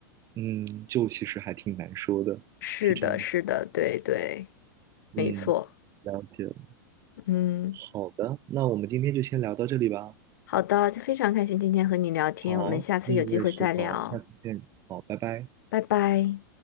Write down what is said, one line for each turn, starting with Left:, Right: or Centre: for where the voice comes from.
Right: 嗯，就其实还挺难说的，
Left: 是的，
Right: 是这样子。
Left: 是的，对对，没错，
Right: 嗯，了解了。
Left: 嗯。
Right: 好的，那我们今天就先聊到这里吧。
Left: 好的，非常开心今天和你聊天，
Right: 好，
Left: 我们下次有机会再聊，
Right: 嗯，我也是。好，我们下次见。好，拜拜。
Left: 拜拜。